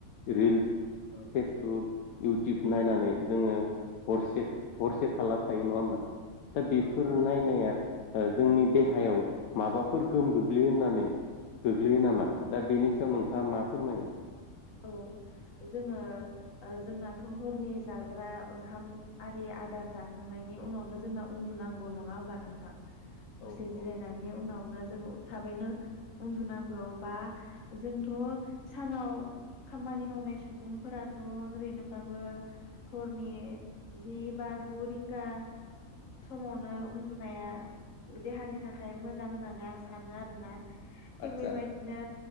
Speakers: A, on the left; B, on the left.
A: रिल्स
B: औ
A: फेसबुक इउटुब नायनानै जोङो हरसे हरसे थाल्ला थायो नङा होमबा दा बेफोर
B: औ औ
A: नायनाया ओ जोंनि देहायाव माबाफोर गोहोम गोग्लैयो होननानै गोग्लैयो नामा दा बेनि सायाव नोंथाङा मा फोरमायगोन?
B: औ जोङो ओ जोंनाथ' हरनि जाग्रा ग्रा ओंखाम आरि आदार जाखांनायनि उनावनो जोंना उन्दुनांगौ नङा होमबा नोंथां दसे
A: औ
B: जिराय
A: औ
B: नानि उनाव बा जोङो थाबैनो उनदुनांगौ बा जोंथ' सा सानाव खामानि मावनाय सुबुंफोराथ' ओरैनोबाबो हरनि जि बा गु रिंगा समावनो उन्दुनाया देहानि थाखाय मोजां होननानै आं सानो आरोना थिग
A: आदसा
B: बेबायदिनो